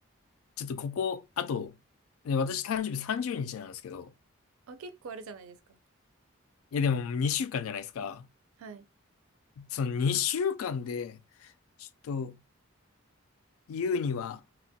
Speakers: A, on the left; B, on the right.
A: ちょっとここ、あと、で、私誕生日30日なんですけど、
B: あ、結構あるじゃないですか。
A: いやでも2週間じゃないですか。
B: はい。
A: その2週間で、ちょっと言うには、